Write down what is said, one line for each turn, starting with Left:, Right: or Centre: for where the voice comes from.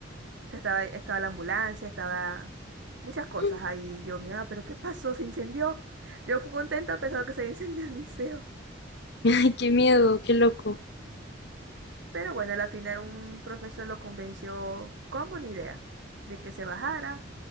Right: o sea, estaba, estaba la ambulancia, estaba muchas cosas
Left: <laughs>
Right: ahí. Y Yo, mira, pero ¿qué pasó? ¿Se incendió? Yo fui contenta pensando que se había <laughs> incendiado el liceo.
Left: Ay, qué miedo, qué loco.
Right: Pero bueno, al final un profesor lo convenció como una idea de que se bajara.